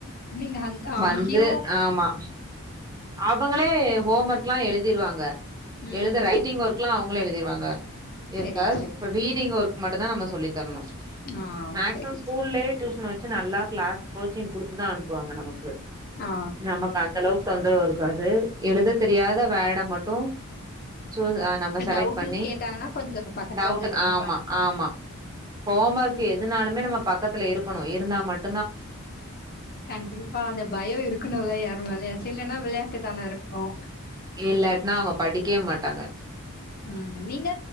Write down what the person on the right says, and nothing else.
வந்து ஆமா அவங்களே ஹோம் ஒர்க்லா எழுதிருவாங்க
எழுத ரைட்டிங் ஒர் க்லா அவங்களே எழுதிருவாங்க எதாச்
இப்ப ரீடிங் ஒர்க் மட்டு்ந்தா நம்ம சொல்லி தரணு
மேக்
சிமம் ஸ்கூல்லயே
டியூசன் வச்சு நல்லா கிளாஸ் கோச்சிங் குடுத்துதா அனுப்புவாங்க நமக்கு
நமக்கு அந்தளவு தொந்தரவு இருக்காது எழுதத் தெரியாத வேட மட்டு சூஸ் ஆ நம்ம செலக்ட்
பண்ணி
டவுட்
ஆமா
ஆமா ஹோம் ஒர்க் கு எதுனாலுமே நம் ம பக்கத்துல இருக்கணு இருந்தா மட்
இல்லட் ந வங்க படிக்கவே மாட்டாங்க